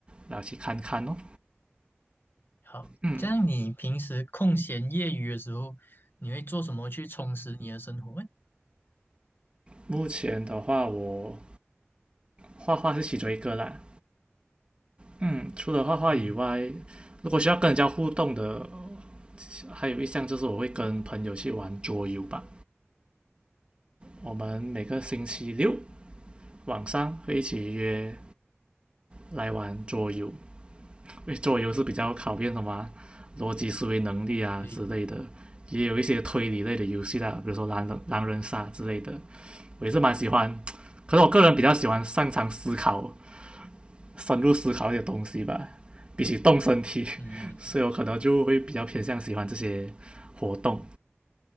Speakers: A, on the right; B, on the left.
A: 然后去看看咯。
B: 好，
A: 嗯，
B: 这样你平时空闲业余的时候，你会做什么去充实你的生活？
A: 目前的话我画画是其中一个啦。嗯，除了画画以外，
B: 嗯，
A: 如果需要跟人家互动的，还有一项就是我会跟朋友去玩桌游吧。我们每个星期六晚上会一起约来玩桌游，因为桌游是比较考验什么啊逻辑思维能力啊之类的，
B: 对，
A: 也有一些推理类的游戏啦，比如说狼人狼人杀之类的，我也是蛮喜欢。可是我个人比较喜欢擅长思考深入思考一些东西吧，比起动身体，
B: 嗯，
A: <laughs> 所以我可能就会比较偏向喜欢这些活动。